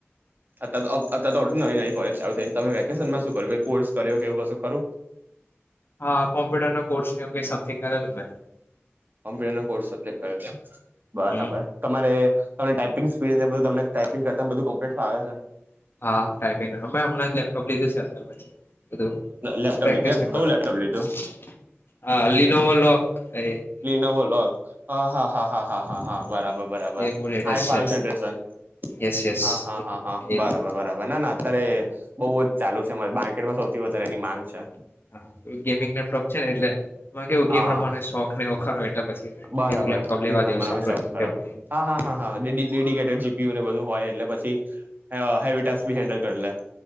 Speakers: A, on the right; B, on the left.
A: અતાર તો અત્યારે તો નવી નવી કોલેજ ચાલુ થાય તમે વેકેશન માં શું કર્યું કઈ કોર્સ કર્યો કેવું કશુ ખરું?
B: હા કોમ્પ્યુટર ના કોર્સ એવુ કઈ સમથિંગ કરેલુ મેં.
A: કોમ્પ્યુટર નો કોર્સ સબજેક્ટ કર્યો છે એમ બરાબર.
B: હમ
A: તમારે તમે ટાઈપિંગ પીડને તમને ટાઈપિંગ કરતા બધું કમ્લીટ ફાવે છે.
B: હા ટાઈપિંગ અમે હમણાં જ લેપટોપ લીધું છે. અંતર પછી બધું
A: લેપટોપ
B: પ્રેકટીસ
A: લીધું એમ
B: <unintelligible>
A: કયું લેપટોપ લીધું
B: હા લીનોવો લો કએ
A: લિનોવો લો અ હા હા હા હા હા હા બરાબર. બરાબર
B: એ બહુ લેટેસ્ટ
A: આઈ ફાઈવ
B: છે
A: જનરેશન
B: યસ યસ
A: હા હા હા હા
B: એ
A: બરબાર બરાબર ના ના. અત્યારે બઉજ ચાલુ છે માર્કેટમાં સૌથી વધારે એની માંગ છ.
B: હા ગેમિંગ લેપટોપ છે ને એટલે એમાં કેવું
A: હા
B: ગેમ રમવાનો શોખ ને એવો ખરો એટલે. પછી
A: બરાબર
B: એવું લેપટોપ લેવા
A: ગેમ રમવાનો
B: જેવું સારું
A: બી શોખ
B: એફોર્ડેબલ.
A: ખરો હા હા હા હા ડીડી-ડેડીકેટેડ જીપીયુ ને બધું હોય એટલે પછી હેવ હેવી ટાસ્ક બી હેન્ડલ કરલે.